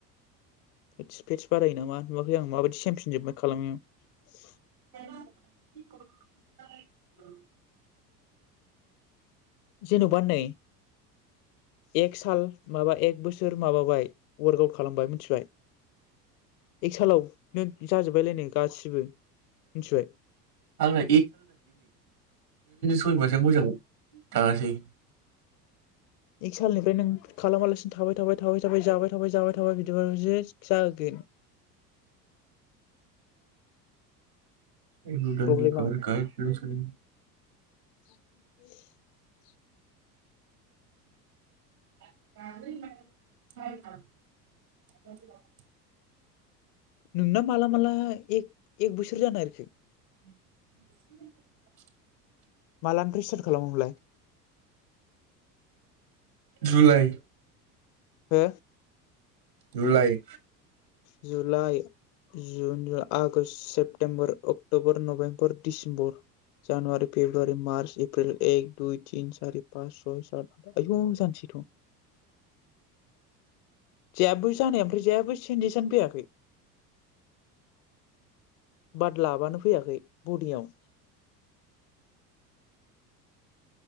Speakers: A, on the left; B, on the right.
A: फेटस फेटस बारायो नामा नुवाखै आं माबायदि सेमफिन जोबबाय खालामैयाव
B: <unintelligible>
A: जेनबा नै एक साल माबा एक बोसोर माबाबाय वार्क आउट खालामबाय मिथिबाय एक सालाव नों जाजोब्बायलायनो गासिबो मिथिबाय
B: आंना सैबासो मोजाङाव थाङासै
A: एक सालनिफ्राय नों खालामालासिनो थाबाय थाबाय थाबाय जाबाय थाबाय जाबाय थाबाय बिदिबालाय बिदि <unintelligible> जागोन
B: <unintelligible>
A: प्रब्लेमा <inaudible>
B: <unintelligible>
A: नोंना माला माला एक एक बोसोर जानो नागिरखो?
B: <inaudible>
A: मालानिफ्राय सिथार्थ खालामामोनलाय?
B: जुलाय
A: हो
B: July
A: July June August September October November December January February March April एक दुइ तिन सारि पास सय सात आयु जानोसैथ' जायो जानाया ओमफ्राय जानायाबो जेबो सिन <unintelligible> फैयाखै बाद लाबानो फैयाखै बदियाव